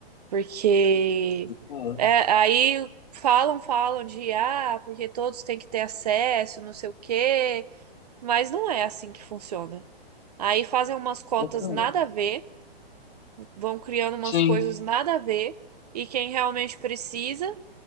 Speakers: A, on the right; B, on the left.
A: porque
B: Então,
A: é, aí falam, falam de ah, porque todos têm que ter acesso, não sei o quê, mas não é assim que funciona. Aí fazem umas cotas
B: então,
A: nada a ver, vão criando umas
B: sim,
A: coisas nada a ver, e quem realmente precisa